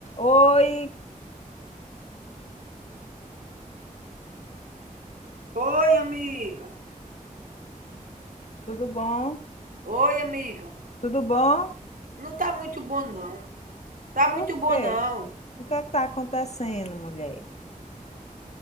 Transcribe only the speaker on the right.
Oi, amiga.
Oi, amiga.
Não tá muito bom, não. Tá muito
bom,
não.